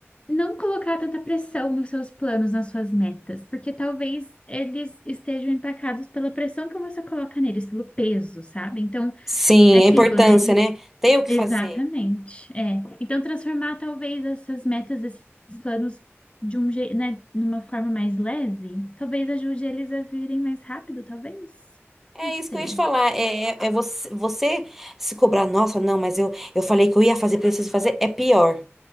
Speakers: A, on the left; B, in the centre.
A: não colocar tanta pressão nos seus planos, nas suas metas, porque talvez eles estejam empacados pela pressão que você coloca neles, pelo peso, sabe? Então,
B: sim,
A: é aquilo,
B: a importância,
A: né?
B: né? Tem o que
A: Exatamente,
B: fazer.
A: é. Então, transformar talvez essas metas, esses planos de um, je- né, numa forma mais leve, talvez ajude eles a virem mais rápido, talvez.
B: É
A: Não sei.
B: isso que eu ia te falar. É, é, é você, você se cobrar, nossa, não, mas eu, eu falei que eu ia fazer, preciso fazer, é pior.